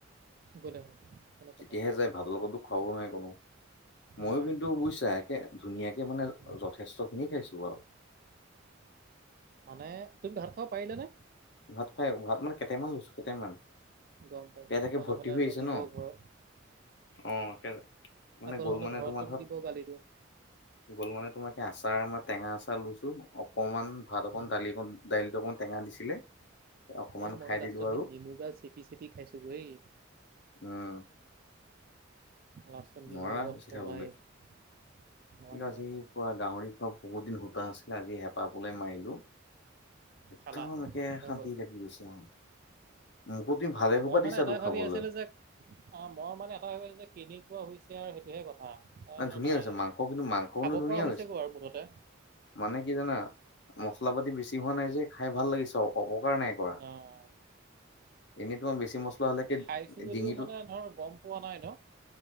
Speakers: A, on the right; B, on the left.
A: গলহেতেন কোনো
B: তেতিয়াহে
A: কথাই নাই।
B: যায় ভাতৰ লগতো খাৱও নোৱাৰে কোনো, মইও
A: নোৱাৰে
B: কিন্তু
A: নোৱাৰে
B: বুইছা হে ধুনীয়াকে মানে
A: উম,
B: যথেষ্ট খিনি খাইছো বাও।
A: মানে তুমি ভাত খাব পাৰিলা নে?
B: ভাত খায় ভাত মানে কেইটাই মান লৈছো কেইটাই মান,
A: গম পাইছো
B: পেট একে
A: আকৌ
B: ভৰ্তি
A: নহ'লে
B: হৈ
A: আকৌ
B: আহিছে
A: দিব
B: ন।
A: ঘৰত
B: অঁ একে মানে
A: আকৌ
B: গ'ল
A: নহ'লে
B: মানে
A: ঘৰতো
B: তোমাৰ ধৰক
A: দিব গালিটো
B: গ'ল মানে তোমাকে আচাৰ মই টেঙা আচাৰ লৈছো অকণমান ভাত অকণ
A: উম,
B: দালি অকণ দাইলটো অকমান টেঙা দিছিলে অকমান
A: এ মই
B: খাই
A: লাষ্টত
B: দিলো আৰু
A: সেই নেমু গাল চেপি চেপি খাইছো বেই।
B: উম।
A: লাষ্টত নেমুৰ
B: নোৱাৰা
A: ৰস
B: বেছি খাবলৈ
A: উলাই, নোৱাৰি
B: কিন্তু আজি
A: নোৱাৰি।
B: গাহৰি খোৱা বহুত দিন সূতা আছিলে আজি হেপাহ পলোৱাই মাৰিলো। একদম
A: খালা
B: একে
A: হৈ
B: শান্তি
A: গ'ল
B: লাগি গৈছে আও। মোকো তুমি ভালে সোপা
A: মই মানে
B: দিছা
A: এটাই
B: তো খাবলৈ।
A: ভাবি আছিলোঁ যে অ মই মানে এটা যে কেনেকুৱা হৈছে আৰু সেইটোহে কথা। অ
B: মানে
A: বোলো
B: ধুনীয়া
A: নাই
B: হৈছে মাংস
A: অঁ,
B: কিন্তু মাংসকনো
A: খাব
B: ধুনীয়া
A: পৰা হৈছে গৈ আৰু মুঠতে।
B: মানে কি জানা? মছলা পাতি বেছি হোৱা নাই যে খায় ভাল লাগিছে অপকাৰ নাই। কৰা
A: অঁ।
B: এনেই তোমাৰ বেছি মছলা হ'লে কি
A: খাইছো যদিও
B: ডিঙিটো
A: মানে ধৰ গম পোৱা নাই ন